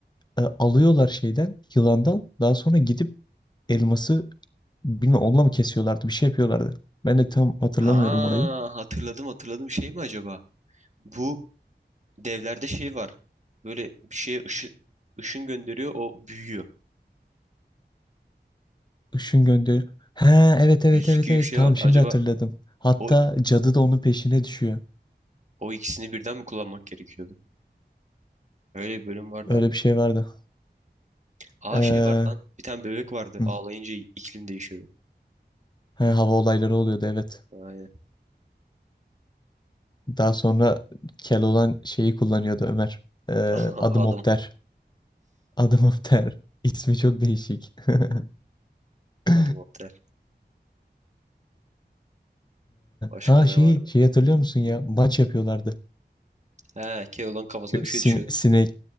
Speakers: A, on the left; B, on the right.
A: e, alıyorlar şeyden yılandan daha sonra gidip elması bilmem onunla mı kesiyorlardı bir şey yapıyorlardı. Ben de tam hatırlamıyorum
B: Ha
A: orayı.
B: hatırladım hatırladım şey mi acaba? Bu devlerde şey var. Böyle bir şeye ışı, ışın gönderiyor o büyüyor.
A: Işın gönderiyor. He evet evet
B: Yüzük
A: evet
B: gibi
A: evet
B: bir şey
A: tamam
B: vardı.
A: şimdi
B: Acaba
A: hatırladım. Hatta
B: o
A: cadı da onun peşine düşüyor.
B: o ikisini birden mi kullanmak gerekiyordu? Öyle bir bölüm vardı
A: Öyle
B: abi.
A: bir şey vardı.
B: Aa
A: Ee,
B: şey vardı lan. Bir tane bebek vardı.
A: hı,
B: Ağlayınca iklim değişiyordu.
A: he, hava olayları oluyordu evet.
B: Aynen.
A: Daha sonra Keloğlan şeyi kullanıyordu Ömer. Ee,
B: <laughs>
A: adım
B: Adam
A: Opter. Adım Opter. <laughs> İsmi çok değişik. <laughs> Ee,
B: Adam Otel. Başka
A: ha
B: ne
A: şeyi
B: vardı?
A: şey hatırlıyor musun ya maç yapıyorlardı.
B: He, Keloğlan kafasına
A: Kö-
B: bir şey
A: sin-
B: düşüyordu.
A: sinek